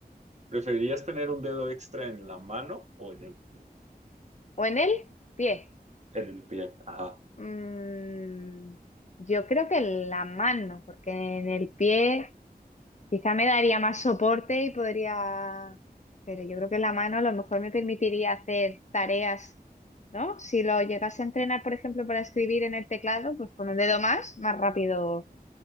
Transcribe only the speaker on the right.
¿preferirías tener un dedo extra en la mano o en el pie?
En el pie, ajá.